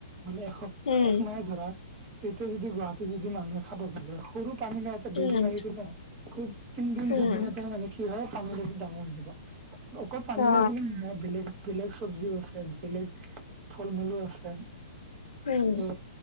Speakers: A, on the right (about 30°); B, on the left (about 70°).
A: মানে এস
B: উম
A: একমাহে ধৰা তেতিয়া যদি গুৱাহাটীত যদি মানুহে খাব খুজে সৰু পানী লাও বেজি
B: উম
A: মাৰি দিব খুব তিনদিন
B: উম
A: দুদিনতে মানে কি হয় পানীলাওটো ডাঙৰ হৈ যাব। অকল পানী
B: অ
A: লাও বুলি নহৈ বেলেগ বেলেগ চব্জিও আছে বেলেগ ফল মূলো আছে,
B: উম
A: ত